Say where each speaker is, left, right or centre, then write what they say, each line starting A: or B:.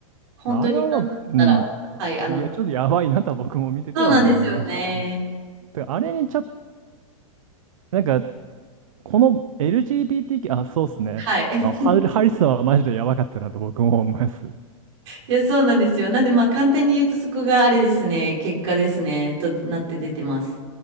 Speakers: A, on the right (about 55°); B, on the right (about 70°).
A: 本当になんだったら、
B: あれは、うん。
A: はい、あの、
B: いや、ちょっとやばいなとは僕も見てては思いました、
A: そうなんですよね。
B: ほんと。あれにちょっと、なんか、この l g b t あ、そうっすね。
A: はい。
B: まあ、ハリハリスはマジでやばかったなと僕も思います。
A: <laughs> いや、そうなんですよ。なんでまあ簡単に言うとそこがあれですね、結果ですね、となって出てます。